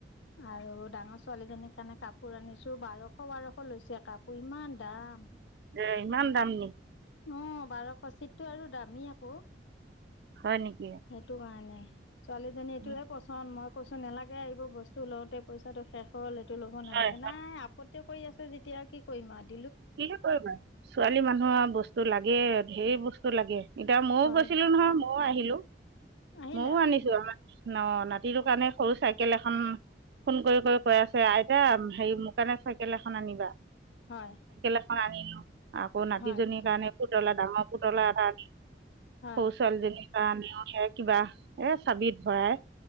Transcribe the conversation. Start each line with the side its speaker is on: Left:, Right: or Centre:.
Left: আৰু ডাঙৰ ছোৱালীজনীৰ কাৰণে কাপোৰ আনিছো বাৰশ -বাৰশ লৈছে কাপোৰ ইমান দাম।
Right: এ ইমান দাম নে
Left: অ বাৰশ চিটতটো আৰু দামী আক।
Right: হয় নেকি
Left: সেইটো কাৰণে ছোৱালীজনীটোয়ে
Right: উম,
Left: পচন্দ মই কৈছো নালাগে আহিব বস্তু লওঁতে পইচাটো শেষ হ'ল এইটো ল'ব
Right: হয়
Left: নালাগে নাই আপত কৰি আছে যেতিয়া কি কৰিম আও
Right: কিনো কৰিবা ছোৱালী মানুহ আও বস্তু লাগেই ধেৰ বস্তু লাগে। এতিয়া ময়ো
Left: হয়
Right: গৈছিলো নহয় ময়ো আহিলো
Left: আহিলা
Right: ময়ো আনিছো আমাৰ ন নাতিটোৰ কাৰণে সৰু চাইকেল এখন ফোন কৰি কৰি কৈ আছে আই ইতা হেৰি মোৰ কাৰণে চাইকেল এখন আনিবা।
Left: হয়
Right: খন আনিলো আকৌ নাতিজনীৰ
Left: হয়
Right: কাৰণে পুতলা ডাঙৰ পুতলা এটা।
Left: হয়
Right: সৰু ছোৱালীজনীৰ কাৰণেও সে কিবা এ চাবিত ভৰাই